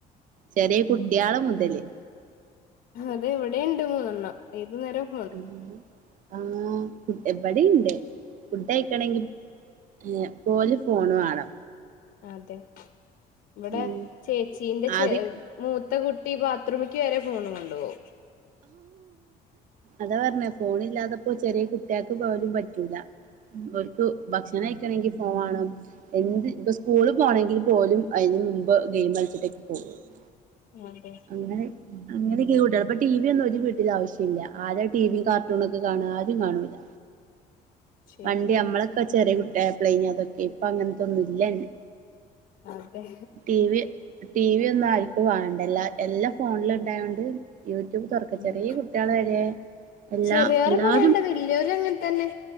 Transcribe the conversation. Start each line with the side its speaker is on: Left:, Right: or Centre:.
Right: ചെറിയ കുട്ട്യാള് മുതല്
Left: അതെ ഇവിടേ ഇണ്ട് മൂന്നെണ്ണം ഏത് നേര്വം
Right: ആഹ് ആഹ് ഇബടിണ്ട്. ഫുഡ്ഡയിക്കണെങ്കി എഹ് പോല് ഫോണ് വാണം.
Left: അതെ ഇവെടെ
Right: ഉം
Left: ചേച്ചീന്റെ
Right: ആദ്യ
Left: ച മൂത്ത കുട്ടി ബാത്റൂമിക്ക് വരെ ഫോണ് കൊണ്ടു പോവും.
Right: അതാ പറ്ഞ്ഞെ. ഫോണ് ഇല്ലാതെപ്പോ ചെറിയ കുട്ട്യേൾക്ക് പോലും പറ്റൂല. ഓല്ക്ക് ഭക്ഷണം കഴിക്കണെങ്കി ഫോൺ വാണം. എന്ത് ഇപ്പ സ്കൂള് പോണെങ്കിൽ പോലും അതിന് മുമ്പ് ഗെയിം കളിച്ചിട്ടേക്ക് പോകൂ <unintelligible>
Left: ആതെ
Right: അങ്ങനെ അങ്ങനെ ഒക്കെ കുട്ട്യേള്. ഇപ്പ ടി വി ഒന്നും ഒരു വീട്ടിൽ ആവശ്യല്ല. ആദ്യട്ട ടി വി കാർട്ടൂൺ ഒക്കെ കാണ. ആരും കാണൂല്ല
Left: ശരിയാണ്
Right: വണ്ടി നമ്മളെ ച്ചെറ്യേ കുട്ടായപ്ളേനി അതൊക്കെ. ഇപ്പ അങ്ങൻത്തൊന്നും ഇല്ലന്നെ
Left: അതെ
Right: ടി വി ടി വി ഒന്നും ആർക്കും വാണ്ടല്ല എല്ലം ഫോണില് ഇണ്ടായോണ്ട്. യൂട്യൂബ് തൊറ്ക്ക
Left: ഉം
Right: ചെറിയ കുട്ട്യേളെ വരെ എല്ലാ
Left: ചെറിയോരെ
Right: എല്ലാരും.
Left: പറയണ്ട വല്യോരും അങ്ങനെ തന്നെ